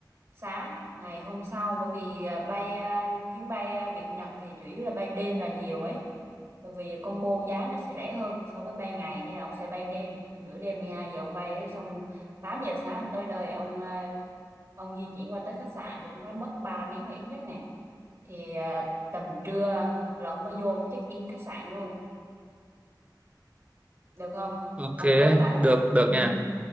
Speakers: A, on the right (about 40°); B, on the right (about 20°).
A: sáng ngày hôm sau bởi vì ờ, bay ờ, chuyến bay ờ, Việt Nhật thì chủ yếu là bay đêm là nhiều ấy. Bởi vì combo giá nó sẽ rẻ hơn so với bay ngày nên là ông sẽ bay đêm, nửa đêm 12 giờ ông bay xong 8 giờ sáng ông tới nơi ông ờ, ông di chuyển qua tới khách sạn thì cũng phải mất 3 tiếng là ít nhất nè thì à, tầm trưa là ông mới vô ông check in khách sạn luôn được không
B: ok
A: ông có cả
B: được được
A: ừ,
B: nha